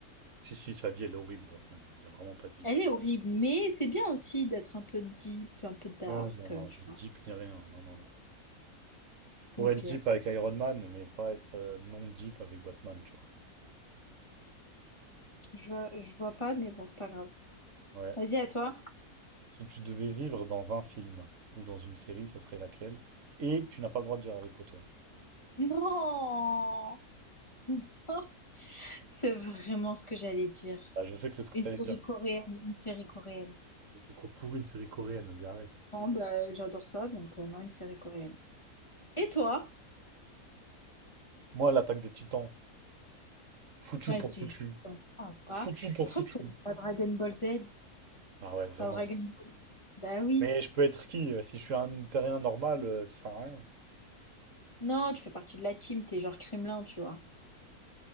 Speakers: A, on the right (about 60°); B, on the left (about 20°).
A: Si, si, sa vie, elle est horrible, Batman. hein. Il a vraiment pas de vie.
B: Elle
A: hein.
B: est horrible, mais c'est bien aussi d'être un peu deep, un peu dark,
A: Non, non, non.
B: euh, tu
A: ni
B: vois.
A: Deep ni rien. Non, non, non. Je pourrais
B: Ok,
A: être deep avec Iron Man, mais pas être euh, non deep avec Batman, tu vois.
B: je vois, je vois pas, mais bon, c'est pas grave.
A: Ouais.
B: Vas-y, à toi.
A: Si tu devais vivre dans un film ou dans une série, ça serait laquelle? Et tu n'as pas le droit de dire Harry Potter.
B: Non! <laughs> C'est vraiment ce que j'allais dire.
A: Ah, je sais que c'est ce que
B: Une
A: t'allais
B: série
A: dire.
B: coréenne, une série coréenne.
A: C'est trop pourri une série coréenne, vas-y, arrête.
B: Non, bah, j'adore ça, donc euh, non, une série coréenne. Et toi?
A: Moi, l'attaque des Titans. Foutu
B: Ouais,
A: pour
B: t'es
A: foutu.
B: sympa.
A: Foutu pour
B: Pourquoi
A: foutu.
B: tu choisis pas Dragon Ball Z?
A: Ah ouais, vraiment.
B: Pas Dragon Ball? Bah oui.
A: Mais je peux être qui? euh, Si je suis un terrien normal, euh, ça sert à rien.
B: Non, tu fais partie de la team, t'es genre Kremlin, tu vois.